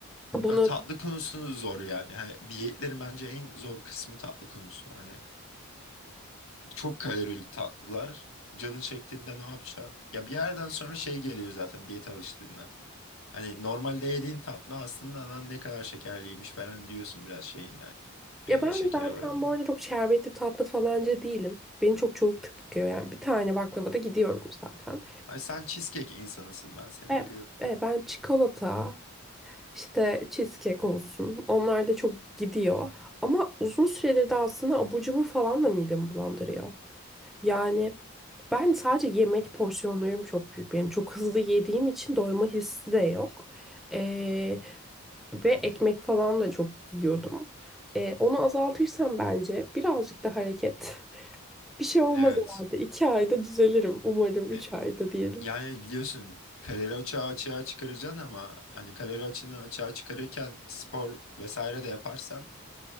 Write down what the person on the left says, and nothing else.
Ay, tatlı konusunu zor yani. Hani diyetlerin bence en zor kısmı tatlı konusu. Hani çok kalorili tatlılar. Canın çektiğinde ne yapacaksın? Ya bir yerden sonra şey geliyor zaten diyete alıştığında. Hani normalde yediğin tatlı aslında lan ne kadar şekerliymiş falan diyorsun biraz şeyinden.
E,
şeker
oranından.
Ay sen cheesecake insanısın ben seni
biliyorum.
Evet.
E,
yani biliyorsun kalori açığı açığa çıkaracaksın ama hani kalori açığını açığa çıkarırken spor vesaire de yaparsan